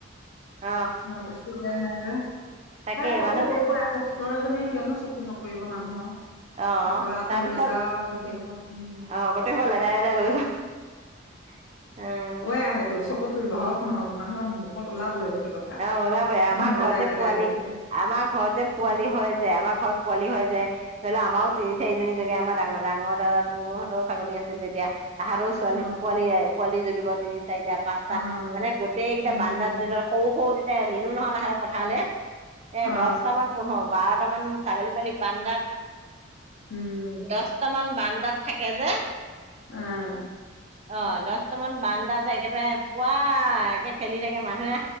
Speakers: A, on the right; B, on the left.
A: অ
B: বেছি দিয়া নাই যে
A: তাকে
B: তাই চকু
A: মানুহ
B: পৰি আছে, ছোৱালীজনী কিয়নো চকুত নপৰিব মানুহৰ?
A: অ'
B: একেবাৰতে
A: তাৰপিছত,
B: লৈ যাও গোটেই সোপা উম
A: আহ গোটেইবিলাক লেদাই বেদাই লৈ যাম উম।
B: সেইটো চকুত হক নহক, মানুহৰ মুখত ওলাবই সেইটো। কথা
A: অ' ওলাব আমাৰ
B: লেদাই
A: ঘৰ যে
B: পেদাই
A: পোৱালি,
B: দেখিলে
A: আমাৰ ঘৰত যে পোৱালি
B: অ
A: হয় যায় আমাৰ ঘৰত পোৱালি হৈ যায়, ধৰি লও আমাৰো তিনি চাৰিজনী জেগাত আমাৰ ডাঙৰ ডাঙৰ দাদাটো হতৰ ছাগলী আছিল তেতিয়া। আহাৰ ছোৱালী
B: অ
A: পোৱালি পোৱালি জোগিব উ চাৰিটা পাঁচটা
B: অ
A: মানে গোটেই কেইটা
B: উম
A: বান্দাৰ জৰ সৌ তেতিয়া নিলো নহয় তাহৰ পথাৰলে এ
B: অ
A: দহটামান, পোন্ধৰ বাৰ কেইটামান ছাগলী পোৱালি বান্ধাত
B: উম
A: দচটামান বান্দাত থাকে যে।
B: উম
A: অ দহটামান বান্দাত একেদাৰে পুৱাএকে খেলি থাকে মানুহে